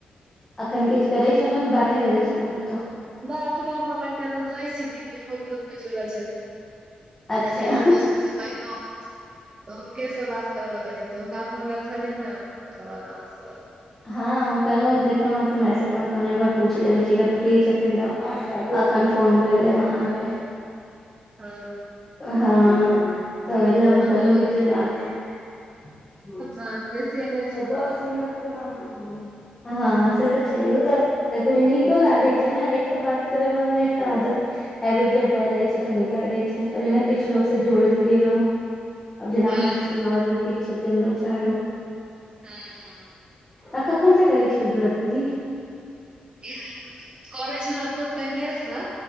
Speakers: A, on the left; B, on the right.
A: अखन किछ करै छनौं की बाते करै छलौं कतौ?
B: नैय एखने <unintelligible> हमर एकटा ननदौइस छथिन <unintelligible> ओ जरूल छथिन छथिन
A: अच्छा
B: अथि नदौइस कहै छियै बहिनौ। तऽ हुनके से बात करऽ लगलियै तऽ हुनका फोन रखलियै न तकर बाद अहाँ स बात
A: हँ हम कहलौं देखलौं अहाँके मैसेज तऽ हम कहलौं एकबार पूछ लेबे छी अगर फ्री छथिन तऽ आ कनफोन कैर लेब अहाँके
B: हँ
A: हँ। तऽ एलै हम
B: हमरो
A: कहलौं कि चलू आ <unintelligible>
B: ह बेसी अय में
A: तऽ दस मिनट केना बुझबै हँ से तऽ छै उ तऽ देखु नीको लागै छै न एक तो बात करबामे एकटा आदत हैबिट जब भऽ जाइ छै तऽ नीक लागे छै आब जेना किछ लोक स जोड़ गेलौं। आब जेना अहाँ
B: हँ
A: छी और भी किछ छथिन दो चार लोक।
B: हूं हँ।
A: तऽ कखन से करै छियै ब्रत दीदी?
B: इह <unintelligible> करै छलौं बहुत पहिलेए स